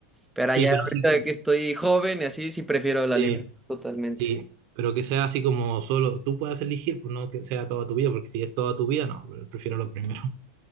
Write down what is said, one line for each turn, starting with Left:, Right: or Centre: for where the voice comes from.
Centre: Pero
Right: sí,
Centre: ya
Right: pero
Centre: ahorita
Right: sí, como-
Centre: que estoy joven y así, sí prefiero la
Right: sí,
Centre: libertad totalmente.
Right: sí, pero que sea así como solo tú puedas elegir, pues no que sea toda tu vida, porque si es toda tu vida, no, prefiero lo primero.